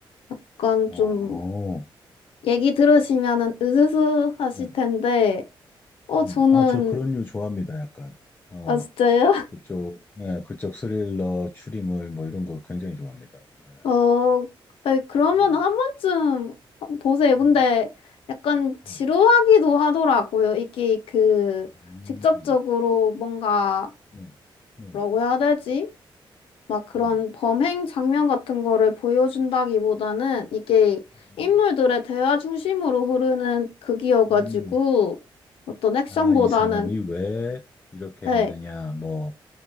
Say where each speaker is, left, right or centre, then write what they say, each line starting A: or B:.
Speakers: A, on the left; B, on the left.
A: 약간
B: 어,
A: 좀 얘기 들으시면은 으스스 하실
B: 네.
A: 텐데, 어, 저는,
B: 음, 아, 저 그런 류 좋아합니다. 약간 어
A: 아, 진짜요? <laughs>
B: 그쪽 예, 그쪽 스릴러 추리물 뭐 이런 거 굉장히 좋아합니다. 네.
A: 어, 아니, 그러면
B: 음,
A: 한 번쯤 보세요. 근데
B: 예,
A: 약간 지루하기도
B: 예.
A: 하더라고요. 이게 그
B: 음,
A: 직접적으로 뭔가
B: 네, 네,
A: 뭐라고 해야 되지? 막 그런
B: 음,
A: 범행 장면 같은 거를 보여준다기보다는 이게
B: 음,
A: 인물들의 대화 중심으로 흐르는 극이어가지고
B: 음.
A: 어떤 액션보다는
B: 아, 이 사람이 왜 이렇게
A: 네,
B: 했느냐 뭐